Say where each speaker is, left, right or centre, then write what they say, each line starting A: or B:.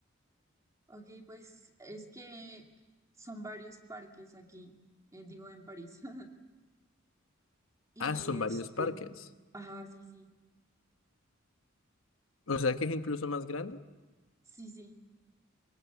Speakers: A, on the right (about 15°); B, on the left (about 65°).
A: Ok, pues es que son varios parques aquí, eh, digo en París. <laughs> Y
B: Ah, son
A: este,
B: varios parques.
A: ajá, sí, sí,
B: O sea que es incluso más grande.
A: sí, sí,